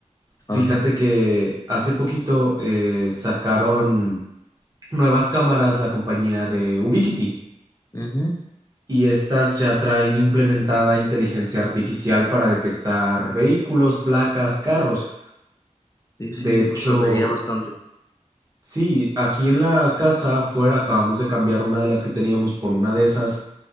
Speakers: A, on the left (about 25°); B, on the right (about 25°).
A: Ajá,
B: Fíjate que hace poquito eh, sacaron nuevas cámaras la compañía de Ubiquiti
A: ujú,
B: y estas ya traen implementada inteligencia artificial para detectar vehículos, placas, carros.
A: Sí, sí,
B: De hecho,
A: nos serviría bastante.
B: sí, aquí en la casa afuera acabamos de cambiar una de las que teníamos por una de esas